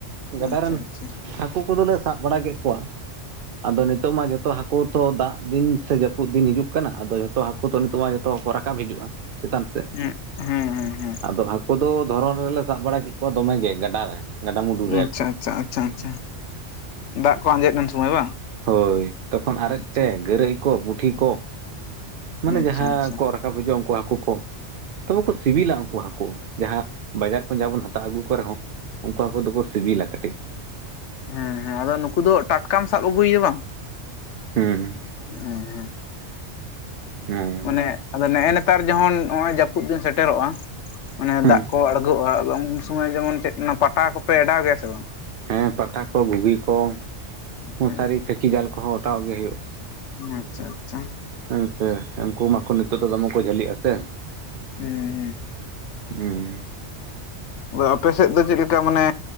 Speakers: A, on the right; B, on the left.
A: ᱜᱟᱰᱟ
B: ᱟᱪᱪᱷᱟ
A: ᱨᱮᱱ
B: ᱟᱪᱪᱷᱟ
A: ᱦᱟᱹᱠᱩ ᱠᱚᱫᱚᱞᱮ ᱥᱟᱵ ᱵᱟᱲᱟ ᱠᱮᱫ ᱠᱚᱣᱟ᱾ ᱟᱫᱚ ᱱᱤᱛᱚᱜ ᱢᱟ ᱡᱷᱚᱛᱚ ᱦᱟᱹᱠᱩ ᱛᱚ ᱫᱟᱜ ᱫᱤᱱ ᱥᱮ ᱡᱟᱹᱯᱩᱫ ᱫᱤᱱ ᱦᱤᱡᱩᱜ ᱠᱟᱱᱟ ᱟᱫᱚ ᱡᱷᱚᱛᱚ ᱦᱟᱠᱩ ᱟᱠ <unintelligible> ᱱᱤᱛᱚᱜ ᱢᱟ ᱡᱚᱛᱚ ᱠᱚ ᱨᱟᱠᱟᱵ ᱦᱤᱡᱩᱜᱼᱟ ᱪᱮᱛᱟᱱ ᱥᱮ
B: ᱦᱮᱸ ᱦᱮᱸ ᱦᱮᱸ ᱦᱮᱸ᱾
A: ᱟᱫᱚ ᱦᱟᱹᱠᱩ ᱫᱚ ᱫᱷᱚᱨᱚᱱ ᱨᱮᱞᱮ ᱥᱟᱵ ᱵᱟᱲᱟ ᱠᱮᱫ ᱠᱚᱣᱟ ᱫᱚᱢᱮᱜᱮ ᱜᱟᱰᱟ ᱨᱮ ᱜᱟᱰᱟᱼᱢᱩᱰᱩ ᱨᱮ
B: ᱟᱪᱪᱷᱟ
A: ᱟᱨᱠᱤ
B: ᱟᱪᱪᱷᱟ ᱟᱪᱪᱷᱟ ᱟᱪᱪᱷᱟ ᱫᱟᱜ ᱠᱚ ᱟᱸᱡᱮᱫ ᱞᱮᱱ ᱩᱱ ᱥᱚᱢᱟᱹᱭ ᱵᱟᱝ?
A: ᱦᱳᱭ ᱛᱚᱠᱷᱚᱱ ᱟᱨᱮᱡ
B: ᱟᱪᱪᱷᱟ
A: ᱛᱮ ᱜᱟᱹᱨᱟᱹᱭ ᱠᱚ ᱯᱩᱴᱷᱤ ᱠᱚ ᱢᱟᱱᱮ
B: ᱟᱪᱪᱷᱟ
A: ᱡᱟᱦᱟᱸ
B: ᱟᱪᱪᱷᱟ
A: ᱠᱚ ᱨᱟᱵ ᱴᱟᱠᱟ <unintelligible> ᱵᱩᱡᱟᱹᱜᱼᱟ ᱩᱱᱠᱩ ᱦᱟᱹᱠᱩ ᱠᱚ ᱛᱚᱵᱮ ᱠᱚ ᱥᱤᱵᱤᱞᱟ ᱩᱱᱠᱩ ᱦᱟᱠᱩ ᱡᱟᱦᱟᱸ ᱵᱟᱡᱟᱨ ᱠᱷᱚᱱ ᱡᱟ ᱵᱚᱱ ᱦᱟᱛᱟᱣ ᱟᱹᱜᱩ ᱠᱚ ᱨᱮᱦᱚᱸ᱾ ᱩᱱᱠᱩ ᱦᱟᱠᱩ ᱫᱚᱠᱚ ᱥᱤᱵᱤᱞᱟ ᱠᱟᱹᱴᱤᱡ᱾
B: ᱦᱮᱸ ᱦᱮᱸ ᱟᱫᱚ ᱱᱩᱠᱩ ᱫᱚ ᱴᱟᱴᱠᱟᱢ ᱥᱟᱵ ᱟᱹᱜᱩᱭᱭᱟ ᱵᱟᱝ?
A: ᱦᱩᱸ
B: ᱩᱦᱩᱸ
A: ᱦᱩᱸ ᱦᱩᱸ
B: ᱢᱟᱱᱮ ᱟᱫᱚ ᱱᱮᱜᱼᱮ ᱱᱮᱛᱟᱨ ᱡᱮᱢᱚᱱ ᱱᱚᱜ ᱚᱭ ᱡᱟᱹᱯᱩᱫ ᱫᱤᱱ ᱥᱮᱴᱮᱨᱚᱜᱼᱟ ᱢᱟᱱᱮ
A: ᱦᱩᱸ
B: ᱫᱟᱜ ᱠᱚ ᱟ ᱟᱹᱚᱜᱼᱟ <unintelligible> ᱟᱫᱚ ᱩᱱ ᱥᱚᱢᱚᱭ ᱡᱮᱢᱚᱱ ᱪᱮᱫ ᱚᱱᱟ ᱯᱟᱴᱟ ᱠᱚᱯᱮ ᱮᱰᱟᱣ ᱜᱮᱭᱟ ᱥᱮ ᱵᱟᱝ?
A: ᱦᱮᱸ ᱯᱟᱴᱟ ᱠᱚ ᱵᱷᱩᱜᱤ ᱠᱚ
B: ᱟᱪᱪᱷᱟ
A: ᱢᱚᱥᱟᱨᱤ ᱪᱟᱹᱠᱤ ᱡᱟᱞ ᱠᱚᱦᱚᱸ ᱚᱴᱟᱣ ᱜᱮ ᱦᱩᱭᱩᱜᱼᱟ᱾
B: ᱟᱪᱪᱷᱟ ᱟᱪᱪᱷᱟ
A: ᱦᱮᱸ ᱥᱮ ᱩᱱᱠᱩ ᱢᱟᱠᱚ ᱱᱤᱛᱚᱜ ᱫᱚ ᱫᱚᱢᱮ ᱠᱚ ᱡᱷᱟᱹᱞᱤᱜᱼᱟ ᱥᱮ᱾
B: ᱦᱩᱸ ᱦᱩᱸ
A: ᱦᱮᱸ
B: ᱟᱫᱚ ᱟᱯ ᱥᱮᱫ ᱫᱚ ᱪᱮᱫ ᱞᱮᱠᱟ ᱢᱟᱱᱮ